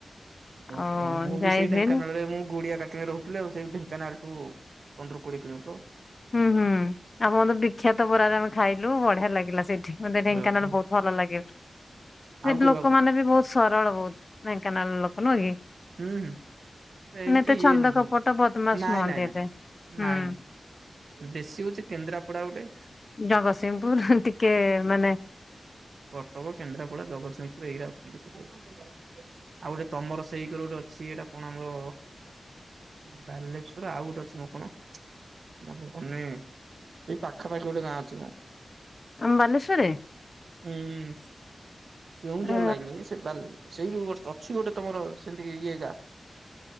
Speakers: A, on the right; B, on the left.
A: ଓହ
B: ଆଉ
A: ମୁଁ
B: ଯାଇ
A: ବି ସେଇ
B: ହୁଏନି
A: ଢେଙ୍କାନାଳରେ ମୁଁ ଗୁଡିଆ କାଟେଣୀ ରହୁଛି। ହାଲୋ ସେଇ ଢେଙ୍କାନାଳୁ ପନ୍ଦର କୋଡିଏ କିଲୋମିଟର।
B: ହୁଁ ହୁଁ ଆପଣତ ତୁ ବିଖ୍ୟାତ ବରାରେ ଆମେ ଖାଇଲୁ ବଢିଆ ଲାଗିଲା ସେଇଠି। ମୋତେ ଢେଙ୍କାନାଳ
A: ଓହୋ।
B: ବହୁତ ଭଲ ଲାଗେ ସେଠି
A: ଆଉ କେବେ
B: ଲୋକମାନେ
A: ଆଉଛନ୍ତି
B: ବି ବହୁତ। ସରଳ ବହୁତ ଢ଼େଙ୍କାନାଳ ଲୋକ ନୁହଁ କି?
A: ହୁଁ ହୁଁ ଏମିତି
B: ମାନେ ଏତେ ଛନ୍ଦ
A: ଇଏ ନୁୁହୁଁ
B: କପଟ ବଦମାସ
A: ନାଇଁ
B: ନୁହନ୍ତି
A: ନାଇଁ ନାଇଁ
B: ଏତେ ହୁଁ।
A: ନାଇଁ ନାଇଁ। ବେଶୀ ହଉଛି କେନ୍ଦ୍ରାପଡା ଗୁଟେ।
B: ଜଗତସିଂହପୁର ଟିକେ ମାନେ।
A: କଟକ କେନ୍ଦ୍ରାପଡ଼ା ଜଗତସିଂହପୁର ଏଇରା ଅଛନ୍ତି କେତେ ଆଉ ଗୁଟେ ତମର ସେଇକରେ ଗୁଟେ ଅଛି ଏଇଟା କଣ ଆମର। ବାଲେଶ୍ଵର ଆଉ ଗୋଟେ ଅଛି ମଁ କଣ ମ ମନେ ପଡୁନି। ସେଇ ପାଖାପାଖି ଗୋଟେ ଗାଁ ଅଛି ମ।
B: ଆମ ବାଲେଶ୍ଵରରେ
A: ହୁଁ ଉଁ କେଉଁଝର
B: ଅ
A: ଲାଇନି ସେ ବା ସେଇ ଯଉ ଜଷ୍ଟ ଅଛି ଗୋଟେ ତମର ସେମିତି ଇଏ ଗା।